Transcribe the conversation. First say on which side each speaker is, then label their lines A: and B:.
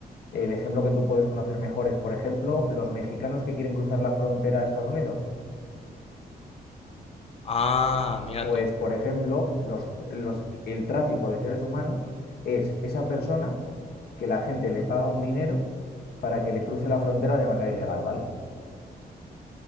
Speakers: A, on the left; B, on the left.
A: el ejemplo que tú puedes conocer mejor es, por ejemplo, los mexicanos que quieren cruzar la frontera a Estados Unidos.
B: Ah, mira
A: Pues,
B: tú.
A: por ejemplo, los- los- el tráfico de seres humanos es esa persona que la gente le paga un dinero para que le cruce la frontera de manera ilegal, ¿vale?